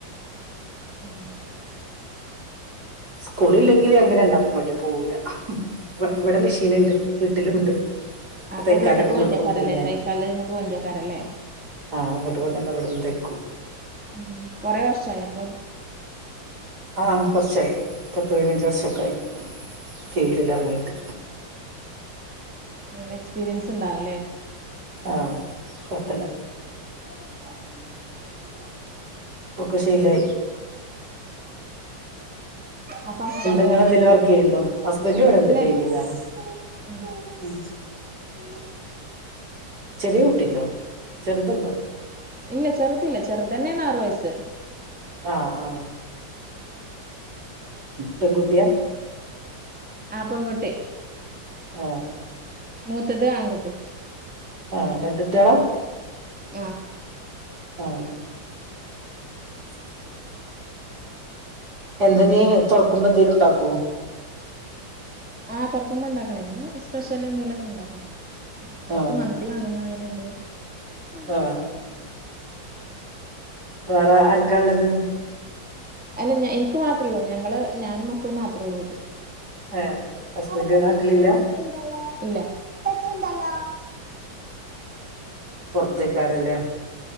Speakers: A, in the centre; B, on the right.
A: ഉം
B: സ്കൂളില്ലെങ്കിൽ ഞങ്ങക്ക് രണ്ടാക്കും മടിയാ പോവൂല അപ്പൊ
A: ആ
B: വിടെ
A: ആ
B: മിഷീനുണ്ട് വീട്ടിലുണ്ട്
A: അപ്പൊ
B: തയ്ക്കാലൊക്കെ
A: വീട്ട്ക്ക്
B: ഇങ്ങോട്ട്
A: കൊണ്ടരാക്കാരല്ലേ
B: കൊണ്ടുവരും
A: തൈക്കാള്ളത് ഇങ്ങട്ട് കൊണ്ടരാക്കാരാല്ലേ
B: ആ ഇങ്ങട്ട് കൊണ്ടന്ന് ഇവിടെന്ന് തയ്ക്കും
A: ഉം കൊറെ വർഷായോ അപ്പൊ
B: ആ കൊറച്ചായി പത്ത് പതിനഞ്ച് വർഷൊക്കായി ഫീൽഡിൽ ഇറങ്ങീട്ട്
A: നല്ല എക്സ്പീരിയൻസ്ണ്ടാവും ല്ലേ
B: ആ കൊഴപ്പല്ല
A: <unintelligible>
B: പ്പൊക്കെ ശീലായി
A: അപ്പൊ ഹസ്ബന്റോ
B: എന്താ ങ്ങളെന്തേലും വർക്ക് ചെയ്യണ്ടോ ഹസ്ബന്റ് ഇവിടെണ്ട്
A: ഇല്ലല്ല
B: പെയിന്റിങാണ്
A: ഇല്ല
B: ഉം
A: <inaudible>
B: ചെറിയ കുട്ടിണ്ടോ ചെറുതുണ്ടോ
A: ഇല്ല ചെറുതില്ല ചെറു തന്നേണാറു വയസ്സ്
B: ആ ആ പെൺകുട്ടിയാ
A: ആ പെൺകുട്ടി
B: ആ
A: മൂത്തത് ആൺകുട്ടി
B: ആ രണ്ടു കുട്ടേളാ
A: ആ
B: ആ <inaudible> എന്താഞ് തുറക്കുമ്പോ എന്തെങ്കിലും ഉണ്ടാക്കോ
A: ആ തുറക്കുമ്പോ ഇണ്ടാക്കണം ഇന്ന് സ്പെഷ്യൽ എന്തേങ്കലുംഒക്കെ ഉണ്ടാക്കണം അവൊക്ക്
B: ആഹ്
A: മന്തി മാണെന്ന് പറണ്ണ്ട് നോക്കി
B: ആഹ് വേറെ ആർക്കാ ഉള്ളത്
A: അല്ല എനിക്ക് മാത്രേ ഉള്ളൂ ഞങ്ങള് ഞാനും മക്കളും മാത്രേ ഉള്ളൂ വീട്ടില്ല
B: ഏഹ് ഹസ്ബൻഡ്
A: ആല
B: നാട്ടിലില്ല
A: തച്ചന്തല
B: പുൊറത്തേക്കാറല്ലേ